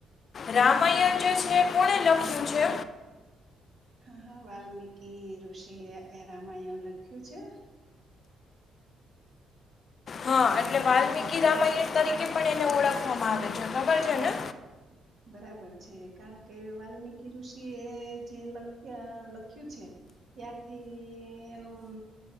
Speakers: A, on the left; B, on the right.
A: રામાયણ જે છે કોને લખ્યું છે?
B: હા હા વાલ્મીિકી ઋષિએ રામાયણ લખ્યું છે.
A: હા એટલે વાલ્મીકી રામાયણ તરીકે પણ એને ઓળખવામાં આવે છે. ખબર છે ને?
B: બરાબર છે. કારણ કે વાલ્મિકી ઋષિ એ જે લખ લખ્યું છે ત્યારથી એનું